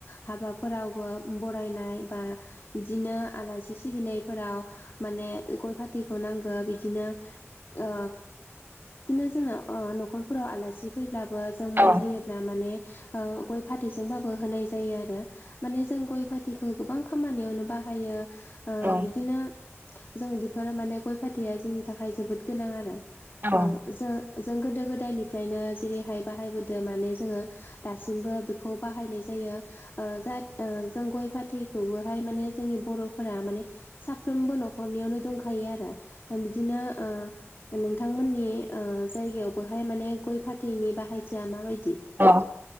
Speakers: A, on the left (about 50°); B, on the right (about 45°).
A: हाबाफोरावबो बरायनाय बा बिदिनो आलासि सिबिनायफोराव माने गय फाथैखौ नांगौ बिदिनो ओ बिदिनो जोङो ओ न'खरफोराव आलासि फैब्लाबो जों
B: औ
A: मान होयोब्ला मान ओ गय फाथैजोंबाबो होनाय जायो आरो माने जों गय फाथैखौ गोबां खामानियावनो बाहायो। ओ
B: औ
A: बिदिनो जों बेफोरो माने गय फाथैया जोंनि थाखाय जोबोद गोनां आरो।
B: औ
A: ओ जों जों गोदो गोदायनिफ्रायनो जेरैहाय बाहायबोदो माने जोङो दासिमबो बेखौ बाहायनाय जायो। ओ जात जों गय फाथ फाथैखौबो हाय माने जोंनि बर'फोरा माने साफ्रोमबो न'खरनियावनो दंखायो आरो बिदिनो ओ नोंथांमोननि ओ जायगायावबोहाय माने ओ गय फाथैनि बाहायथिया माबाय
B: अ